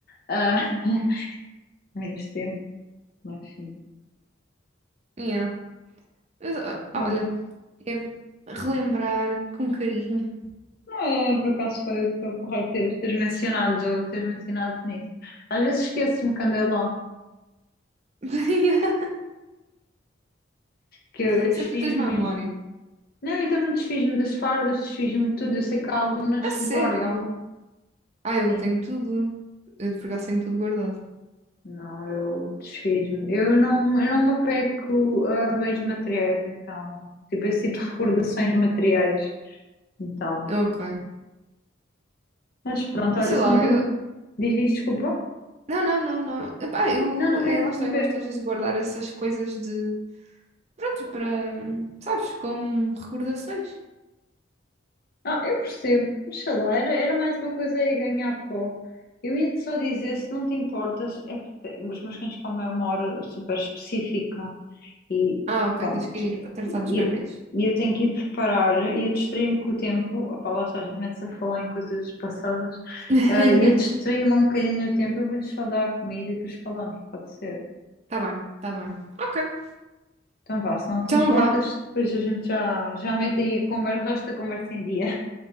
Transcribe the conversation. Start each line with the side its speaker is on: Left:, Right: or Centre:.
Left: ah, <laughs> menos tempo, mas sim.
Right: yeah. Mas, ah,
Left: Olha,
Right: olha, é relembrar com carinho.
Left: não, é, por acaso foi, foi porreiro teres, teres mencionado, teres mencionado nisso. Às vezes esqueço-me quando é lá,
Right: <laughs> Yeah,
Left: que eu, eu
Right: Isso
Left: desfiz-me
Right: é porque tu tens má
Left: mesmo.
Right: memória.
Left: Não, eu também desfiz-me das fardas, desfiz-me de tudo. Eu sei que há alunas
Right: A sério?
Left: que guardam.
Right: Ah, eu
Left: Sim.
Right: tenho tudo. Eu de por acaso tenho tudo guardado.
Left: Não, eu desfiz-me. Eu não, eu não me apego a bens materiais, então. Tipo, eu sinto recordações materiais. Então.
Right: Ok.
Left: Mas pronto, olha,
Right: Sei
Left: se
Right: lá,
Left: não tem.
Right: eu.
Left: Diz, diz, desculpa.
Right: Não, não, não, não. Epá, eu.
Left: Não, não
Right: É,
Left: quero interromper.
Right: lá está, eu gosto às vezes de guardar essas coisas de. Pronto, para. Sabes, como recordações.
Left: Ah, eu percebo. Mas sei lá, era, era mais uma coisa aí ganhar pó. Eu ia-te só dizer, se não te importas, é porque os meus cães comem a uma hora super específica. E
Right: Ah, ok,
Left: pronto.
Right: tens que ir para tratar
Left: E,
Right: dos bebés.
Left: e- e eu tenho que ir preparar e eu distraí-me com o tempo. Opá, lá está, a gente começa a falar em coisas passadas.
Right: <laughs>
Left: Ah, E eu distraí-me um bocadinho o tempo. Eu vou-lhes só dar a comida e depois falamos, pode ser.
Right: Tá bem, tá bem. Ok.
Left: Então vá, se não te
Right: Então
Left: importas,
Right: vá.
Left: depois a gente já, já mete aí a conversa, o resto da conversa em dia.